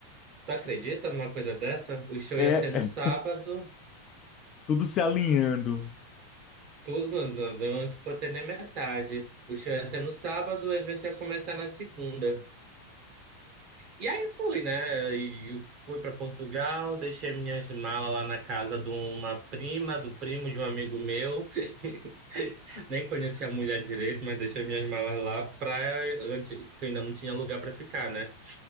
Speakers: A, on the right; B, on the left.
A: Tu acredita numa coisa dessa? O show
B: É,
A: ia ser no
B: é
A: sábado.
B: tudo se alinhando,
A: Tudo, não, não, não ficou até nem metade. O show ia ser no sábado, o evento ia começar na segunda. E aí fui, né? E fui para Portugal, deixei minhas malas lá na casa de uma prima, do primo de um amigo meu. <laughs> Nem conhecia a mulher direito, mas deixei minhas malas lá pra antes- que eu ainda não tinha lugar para ficar, né?